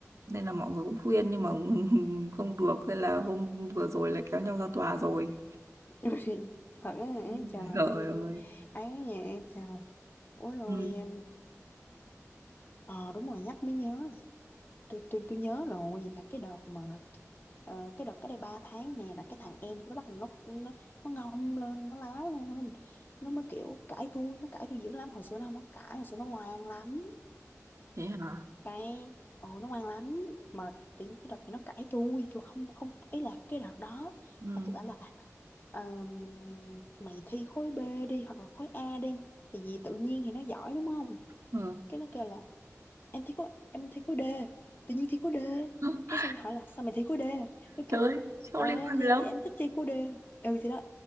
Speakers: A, on the right; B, on the left.
A: nên là mọi người cũng khuyên nhưng mà <laughs> không được nên là hôm vừa rồi là kéo nhau ra tòa rồi
B: Ui, <laughs> thật á hả?
A: <laughs>
B: trời
A: trời
B: nghe-
A: ơi
B: ấy nha trời ủa rồi
A: ừ.
B: em- ờ đúng rồi nhắc mới nhớ tôi tôi tôi nhớ rồi là cái đợt mà ờ, cái đợt cái đây 3 tháng nè là cái thằng em nó bắt đầu nó nó nó ngông lên nó láo lên nó mới kiểu cãi tôi nó cãi tôi dữ lắm hồi xưa nó không có cãi hồi xưa nó ngoan lắm
A: thế hả
B: cái ồ nó ngoan lắm mà tự nhiên cái đợt này nó cãi tôi tôi không không ý là cái đợt đó
A: ừ.
B: mà tôi bảo là "Ờm, mày thi khối B đi hoặc là khối A đi thì vì tự nhiên thì nó giỏi đúng không
A: Ừ.
B: cái nó kêu là em thi khối em thi khối D tự nhiên thi khối D
A: <laughs>
B: cái xong hỏi là sao mày thi khối D cái
A: trời
B: kêu
A: ơi sao
B: ờ
A: liên quan gì
B: thì
A: đâu
B: em thích thi khối D ừ thì đó